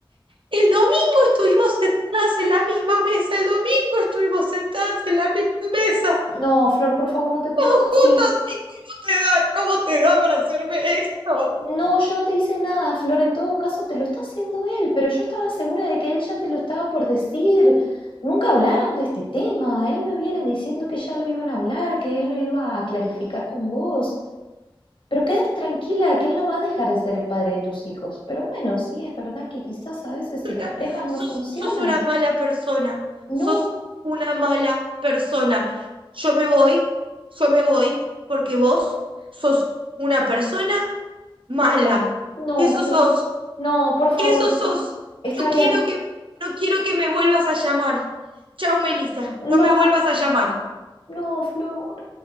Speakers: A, on the right; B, on the left.
A: El domingo estuvimos sentadas en la misma mesa. El domingo estuvimos sentadas en la misma mesa.
B: No, Flor, por favor, no te pongas
A: Todos
B: así.
A: juntos. ¿Y cómo te da? ¿Cómo te da para hacerme esto?
B: No, yo no te hice nada, Flor. En todo caso, te lo está haciendo él, pero yo estaba segura de que él ya te lo estaba por decir. Nunca hablaron de este tema. Él me viene diciendo que ya lo iban a hablar, que él lo iba a clarificar con vos. Pero quédate tranquila, que él no va a dejar de ser el padre de tus hijos. Pero bueno, sí, es verdad que quizás a veces si
A: persona,
B: las parejas no
A: sos,
B: funcionan.
A: sos una mala persona, sos
B: No,
A: una mala persona. Yo me voy, yo me voy porque vos sos una persona mala.
B: no,
A: Eso
B: Flor.
A: sos,
B: No, por favor,
A: eso sos.
B: Flor. Está
A: No
B: bien.
A: quiero que, no quiero que me vuelvas a llamar. Chao, Melissa, no
B: No,
A: me vuelvas a llamar.
B: no, Flor.